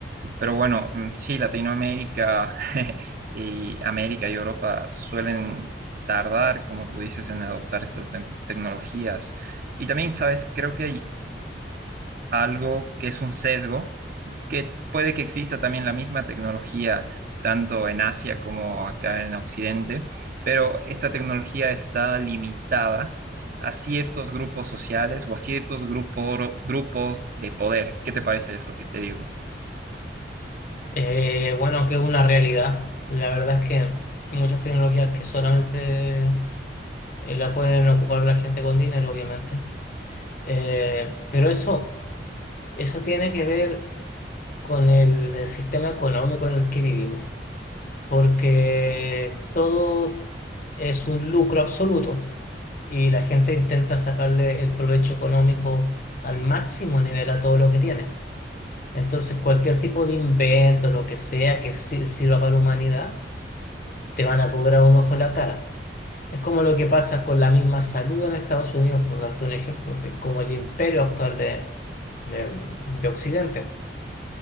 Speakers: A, on the right; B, on the left.
A: Pero bueno, mm, sí, Latinoamérica <laughs> y América y Europa suelen tardar, como tú dices, en adoptar estas te- tecnologías. Y también, sabes, creo que hay algo que es un sesgo, que puede que exista también la misma tecnología, tanto en Asia como acá en Occidente, pero esta tecnología está limitada a ciertos grupos sociales o a ciertos grupo- grupos de poder. ¿Qué te parece eso que te digo?
B: Eh, bueno, que es una realidad. La verdad es que hay muchas tecnologías que solamente eh, la pueden ocupar la gente con dinero, obviamente. Eh, pero eso, eso tiene que ver con el sistema económico en el que vivimos, porque todo es un lucro absoluto y la gente intenta sacarle el provecho económico al máximo nivel a todo lo que tiene. Entonces, cualquier tipo de invento, lo que sea que sir- sirva para la humanidad, te van a cobrar un ojo en la cara. Es como lo que pasa con la misma salud en Estados Unidos, por darte un ejemplo, que es como el imperio actual de, de de Occidente.